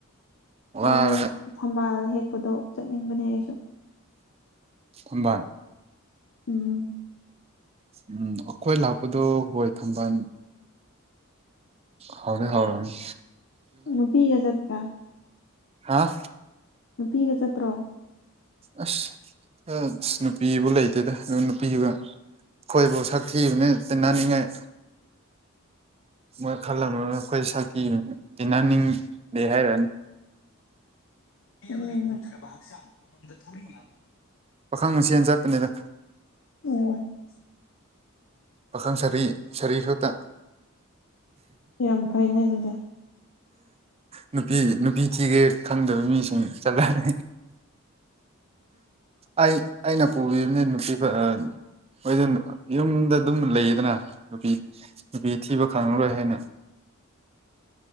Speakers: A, on the right; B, on the left.
A: ꯋꯥꯔꯒ
B: ꯑꯩꯗꯤ ꯊꯝꯕꯥꯜ ꯍꯦꯛꯄꯗꯣ ꯆꯠꯅꯤꯡꯕꯅꯦ ꯑꯩꯁꯨ
A: ꯊꯝꯕꯥꯜ
B: ꯎꯝ
A: ꯎꯝ ꯑꯩꯈꯣꯏ ꯂꯥꯛꯄꯗꯣ ꯍꯣꯏ ꯊꯝꯕꯥꯜ ꯍꯧꯗ ꯍꯧꯥꯎꯔꯅꯤ
B: ꯅꯨꯄꯤꯒ ꯆꯠꯠꯇ꯭ꯔꯥ
A: ꯑꯥ
B: ꯅꯨꯄꯤꯒ ꯆꯠꯇ꯭ꯔꯣ
A: ꯑꯁ ꯑꯁ ꯅꯨꯄꯤꯕꯨ ꯂꯩꯇꯦꯗ ꯅꯨꯄꯤꯒ ꯑꯩꯈꯣꯏꯕꯨ ꯁꯛ ꯊꯤꯕꯅ ꯇꯤꯟꯅꯅꯤꯡꯉꯥꯏ ꯃꯣꯏ ꯈꯜꯕ ꯑꯩꯈꯣꯏ ꯁꯛꯇꯤ ꯇꯤꯍꯅꯤꯡꯗꯦ ꯍꯥꯏꯔꯛꯅꯤ
B: ꯑꯃꯒꯤ ꯃꯊꯔꯕ ꯍꯛꯆꯥꯡ ꯎꯃꯪꯗ ꯊꯧꯔꯤ ꯌꯥꯗꯨ
A: ꯈꯈꯪꯁꯤꯅ ꯆꯠꯄꯅꯤꯗ
B: ꯑꯣ
A: ꯄꯥꯈꯪ ꯁꯔꯤ ꯁꯔꯤ ꯈꯛꯇ
B: ꯌꯥꯝ ꯐꯩꯅꯦ ꯑꯗꯨꯗꯤ
A: ꯅꯨꯄꯤ ꯅꯨꯄꯤ ꯊꯤꯒꯦ ꯈꯪꯗꯕ ꯃꯤꯁꯤꯡ ꯆꯠꯂꯅꯤ ꯑꯩ ꯑꯩꯅ ꯄꯨꯕꯤꯕꯅꯤ ꯅꯨꯄꯤ ꯍꯣꯏ ꯑꯗꯨꯅ ꯌꯨꯝꯗ ꯑꯗꯨꯝ ꯂꯩꯌꯦꯗꯅ ꯅꯨꯄꯤ ꯅꯨꯄꯤ ꯊꯤꯕ ꯈꯪꯉꯔꯣꯏ ꯍꯥꯏꯅ
B: <inaudible>